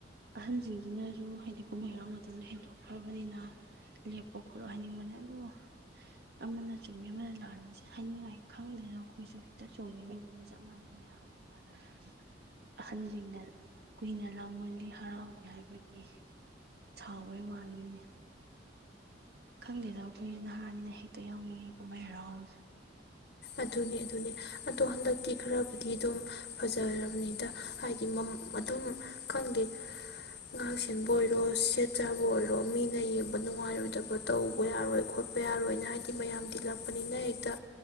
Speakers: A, on the right; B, on the left.
A: ꯑꯍꯟꯁꯤꯡꯁꯤꯅꯁꯨ ꯍꯥꯏꯗꯤ ꯀꯨꯝꯍꯩꯔꯥꯎ ꯃꯇꯝꯗ ꯍꯦꯟꯗꯣꯛꯈ꯭ꯔꯕꯅꯤꯅ ꯂꯦꯞꯄ ꯈꯣꯠꯂꯣ ꯍꯥꯏꯅꯤꯡꯕꯅꯦ ꯑꯗꯨꯕꯨ ꯑꯃꯅ ꯆꯨꯝꯃꯤ ꯑꯃꯅ ꯂꯥꯛꯃꯤꯁꯦ ꯍꯥꯏꯅꯤꯡꯉꯥꯏ ꯈꯪꯗꯦꯅ ꯑꯩꯈꯣꯏꯁꯨ ꯍꯦꯛꯇ ꯆꯣꯡꯅꯤꯡꯉꯤꯗꯨꯅꯤ ꯆꯞ ꯃꯥꯟꯅꯩ ꯃꯌꯥꯝꯒ ꯃꯥꯟꯅꯅ ꯑꯗ ꯑꯍꯜꯁꯤꯡꯅ ꯀꯨꯏꯅ ꯂꯥꯡꯃꯜꯂꯤ ꯍꯔꯥꯎꯏ ꯍꯥꯏꯕꯒꯤ ꯁꯥꯎꯕꯩ ꯋꯥꯅꯤꯅꯦ ꯈꯪꯗꯦꯗꯕ ꯑꯩꯈꯣꯏꯁꯨ ꯅꯍꯥꯅꯤꯅ ꯍꯦꯛꯇ ꯌꯥꯎꯅꯤꯡꯉꯦꯀꯣ ꯃꯥꯏ ꯍꯔꯥꯎꯕꯁꯦ
B: ꯑꯗꯨꯅꯦ ꯑꯗꯨꯅꯦ ꯑꯗꯣ ꯍꯟꯗꯛꯇꯤ ꯈꯔꯕꯨꯗꯤ ꯑꯗꯨꯝ ꯐꯖꯔꯕꯅꯤꯗ ꯍꯥꯏꯗꯤ ꯑꯗꯨꯝ ꯈꯪꯗꯦ ꯉꯥꯛ ꯁꯦꯟꯕ ꯑꯣꯏꯔꯣ ꯁꯦꯠ ꯆꯥꯕ ꯑꯣꯏꯔꯣ ꯃꯤꯅ ꯌꯦꯡꯕ ꯅꯨꯡꯉꯥꯏꯔꯣꯏꯗꯕ ꯇꯧꯕ ꯌꯥꯔꯣꯏ ꯈꯣꯠꯄ ꯌꯥꯔꯣꯏꯅ ꯍꯥꯏꯕꯗꯤ ꯃꯌꯥꯝꯗꯤ ꯂꯛꯄꯅꯤꯅ ꯍꯦꯛꯇ